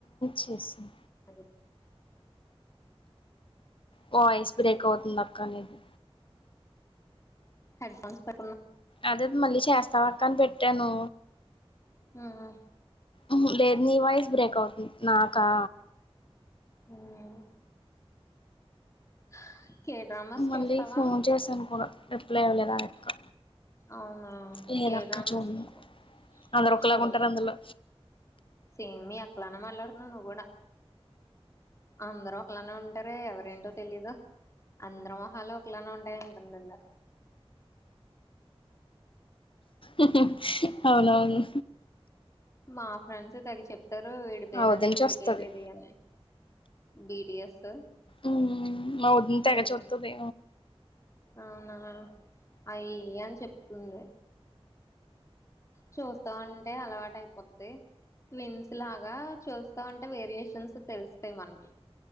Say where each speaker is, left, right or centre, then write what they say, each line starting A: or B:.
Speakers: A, on the left; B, on the left.
A: చేసాయ్.
B: <inaudible>
A: వాయిస్ బ్రేక్ అవుతుంది అక్క నీది.
B: హెడ్ ఫోన్స్ పేట్.
A: అదె మళ్ళీ చేస్తావ్ అక్క అని పెట్టాను.
B: మ్మ్
A: ఉమ్ హ్ లేదు నీ వాయిస్ బ్రేక్ అవుతుంది నాకా.
B: ఉమ్. ఆహ్ కేదార్నాథ్
A: మళ్ళీ
B: చూస్తావా.
A: ఫోన్ చేశాను కూడా రిప్లై ఇవ్వలేదు నాకు.
B: అవునా
A: లేదు
B: కే
A: అక్క
B: డ్రామాస్
A: చూడను
B: చూస్తావా
A: అందరు ఒకలాగా
B: చూడవా
A: ఉంటరు అందులో.
B: సేమ్ మీ అక్క లాజ్ఞే మాట్లాడ్తున్నావు నువ్వు గూడా. అందరూ ఒకలానే ఉంటారే ఎవరేంటో తెలీదు అందరు మొహాలు ఒకెలానే ఉంటాయ్. ఉందాన్నరు.
A: ఉమ్ అవునవును.
B: మా ఫ్రెండ్స్ తడిచి చెప్పారు వీడి పేరు
A: మా వదిన
B: అది వీడి
A: చూస్తది
B: పేరు ఇది అని. బిటిఎస్.
A: ఉమ్ మా వదిన తెగ
B: అయి
A: చూతది.
B: అవునా అయ్ అని చెప్తుంది. చూస్తా ఉంటే అలవాటు అయిపోద్ది. ట్విన్స్ లాగా చూస్తా ఉంటే వేరియేషన్స్ తెలుస్తాయి మనకి.